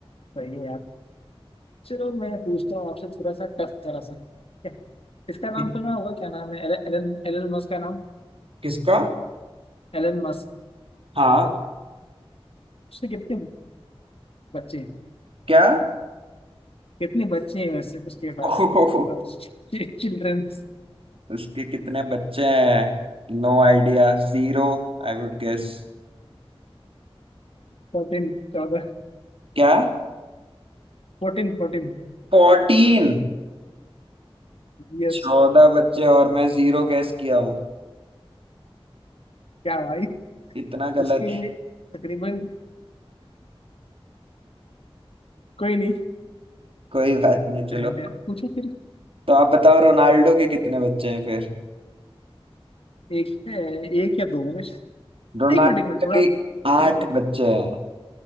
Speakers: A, on the left (about 70°); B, on the right (about 65°).
A: सही है यार चलो मैं पूछता हूँ आपसे थोड़ा सा टफ तरह सा <laughs> ठीक है? इसका नाम
B: कि-
A: सुना होगा क्या नाम है एलन एलन मस्क का नाम
B: किसका
A: Elon Musk
B: हाँ
A: उसके कितने बच्चे हैं
B: क्या
A: कितने बच्चे हैं वैसे उसके पास
B: <laughs> ओहो
A: मतलब चिल्ड्रन
B: उसके कितने बच्चे हैं no idea zero I would guess
A: फोर्टीन चौदह
B: क्या
A: Fourteen fourteen
B: फोर्टीन
A: यस
B: चौदह बच्चे और मैं जीरो गेस किया हूँ
A: क्या भाई
B: इतना गलत
A: उसके तकरीबन कोई नहीं
B: कोई बात नहीं चलो
A: एंड पूछो फिर
B: तो आप बताओ रोनाल्डो के कितने बच्चे हैं फिर
A: एक अ, एक या दो होंगे शायद।
B: रोनाल्डो
A: एक मिनट एक मिनट थोड़ा
B: के भी
A: थोड़ा-
B: आठ बच्चे हैं